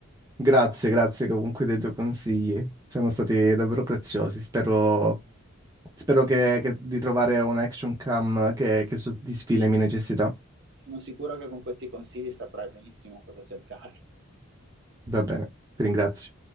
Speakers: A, on the right (about 15°); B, on the right (about 55°).
A: Grazie, grazie comunque dei tuoi consigli. Sono stati davvero preziosi. Spero, spero che, che- di trovare un action cam che, che soddisfi le mie necessità.
B: Sono sicuro che con questi consigli saprai benissimo cosa cercare.
A: Va bene, ti ringrazio.